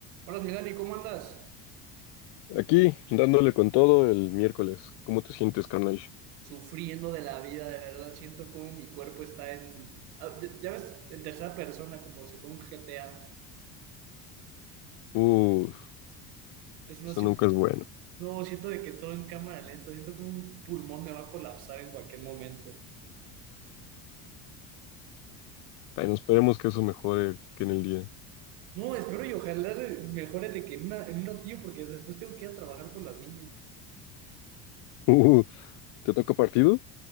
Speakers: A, on the right (about 80°); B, on the left (about 60°).
A: Hola, mi Dani, ¿cómo andas?
B: Aquí, dándole con todo el miércoles. ¿Cómo te sientes, carnal?
A: Sufriendo de la vida, de verdad. Siento como mi cuerpo está en. ah, Ya ya ves, en tercera persona, como si fuera un GTA.
B: Uh,
A: Es no
B: eso
A: siento,
B: nunca es bueno.
A: no, siento de que todo en cámara lenta. Siento que un pulmón me va a colapsar en cualquier momento.
B: Bueno, esperemos que eso mejore que en el día. <laughs>
A: No, espero y ojalá de- mejore de que en, una- en un ratillo, porque después tengo que ir a trabajar con las niñas.
B: Uh, ¿te toca partido?